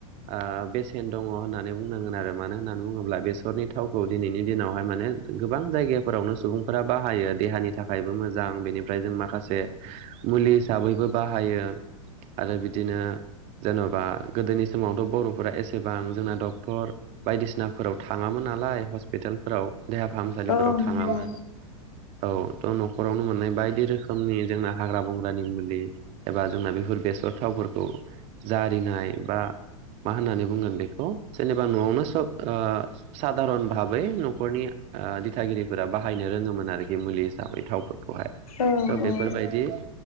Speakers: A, on the right (about 35°); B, on the left (about 80°).
A: ओ बेसेन दङ होननानै बुंनांगोन आरो मानो होननानै बुङोब्ला बेसरनि थावखौ दिनैनि दिनावहाय माने <unintelligible> गोबां जायगाफोरावनो सुबुंफोरा बाहायो देहानि थाखायबो मोजां बेनिफ्राय जों माखासे मुलि हिसाबैबो बाहायो आरो बिदिनो। जेन'बा गोदोनि समावथ' बर'फोरा एसेबां जोंना डक्टर बायदिसिनाफोराव थाङामोन। नालाय हस्पिटालफोराव देहा फाहामसालिफोराव
B: औ
A: थाङामोन
B: नंगौ
A: औ थ' न'खरावनो मोननाय बायदि रोखोमनि जोंना हाग्रा बंग्रानि मुलि एबा जोंना बेफोर बेसर थावफोर औ जारिनाय बा। मा होननानै बुंगोन बेखौ जेनेबा न'आवनो स ओ साधारन भाबै न'खरनि। ओ दिथागिरिफोरा बाहायनो रोङोमोन आरोखि मुलि हिसाबै थावफोरखौहाय।
B: औ
A: द बेफोर
B: औ
A: बायदि।